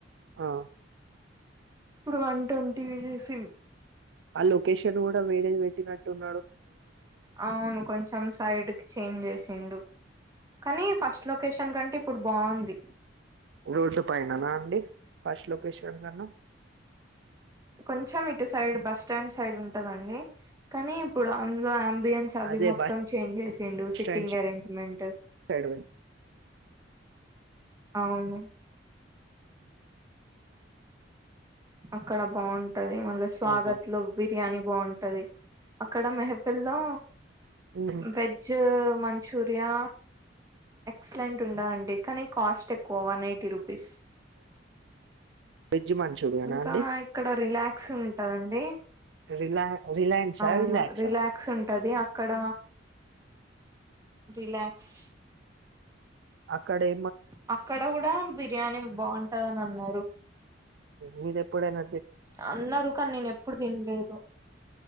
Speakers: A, on the right; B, on the right.
A: ఆ
B: ఇప్పుడు వన్ ట్వంటీ ఈ చేసి
A: ఆ లొకేషన్ కూడా వేరేది పెట్టినట్టు ఉన్నాడు
B: అవును కొంచెం సైడ్కి చేంజ్ చేసిండు కానీ ఫస్ట్ లొకేషన్ కంటే ఇప్పుడు బాగుంది
A: రోడ్ పైననా అండి ఫస్ట్ లొకేషన్ అన్నావ్
B: కొంచెం ఇటు సైడ్ బస్ స్టాండ్ సైడ్ ఉంటదండి కానీ ఇప్పుడు అందులో బియన్స్ అవి
A: అదే
B: మొత్తం
A: బస్
B: చేంజ్ చేసిండు సిట్టింగ్
A: స్టాండ్
B: అరేంజ్మెంట్
A: సైడ్
B: అవును అక్కడ బాగుంటది మళ్ళీ స్వాగత్
A: ఆహా
B: లో బిర్యానీ బాగుంటది అక్కడ మెహపలో
A: ఉమ్.
B: వెజ్ మంచూరియా ఎక్సలెంట్ ఉండా అండి కానీ కాస్ట్ ఎక్కువ వన్ ఎయిటీ రూపీస్
A: వెజ్ మంచూరియనా
B: ఇంకా
A: అండి
B: ఇక్కడ రిలాక్స్ ఉంటదండి
A: రిలా రిలయన్సా
B: అవును
A: రిలాక్సా
B: రిలాక్స్ ఉంటది అక్కడ రిలాక్స్
A: అక్కడే
B: అక్కడ కూడ బిర్యానీ బాగుంటదని అన్నారు
A: మీరేపుడైన
B: అన్నారు కానీ నేను ఎప్పుడు తినలేదు